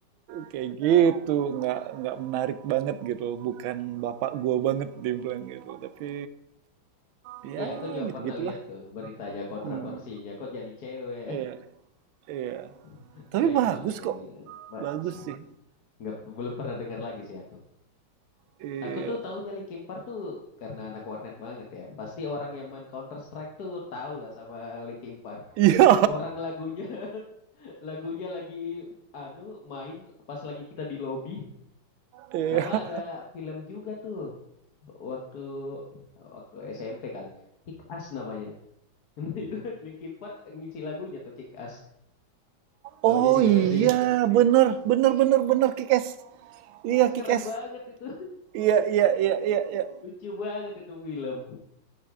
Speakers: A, on the right; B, on the left.
A: Kayak gitu nggak nggak menarik banget gitu loh. Bukan bapak gua banget dia bilang gitu. Tapi ya
B: Iya, aku juga
A: gitu
B: pernah
A: gitulah.
B: lihat tuh beritanya kontroversinya.
A: Hmm,
B: Kok jadi cewek?
A: iya iya.
B: <laughs> Tapi
A: Tapi bagus
B: emang sih,
A: kok.
B: masa
A: Bagus sih.
B: nggak belum pernah dengar lagi sih aku.
A: Iya.
B: Aku tuh
A: <laughs>
B: tahunya Linkin Park tuh karena anak warnet banget ya. Pasti orang yang main Counter Strike tuh tahu lah sama Linkin Park.
A: Iya.
B: Orang lagunya <laughs> lagunya lagi anu main pas lagi kita di lobby.
A: Iya.
B: Sama ada film juga tuh waktu waktu SMP kali Kick Ass namanya <laughs> nah itu kan Linkin Park ngisi lagunya tuh Kick Ass taunya
A: Oh
B: juga
A: iya,
B: dari si <laughs>
A: bener, bener, bener, bener, Kikes. Iya,
B: Kick
A: Kikes.
B: keren banget itu
A: Iya, iya, iya, iya,
B: <laughs>
A: iya.
B: lucu banget itu film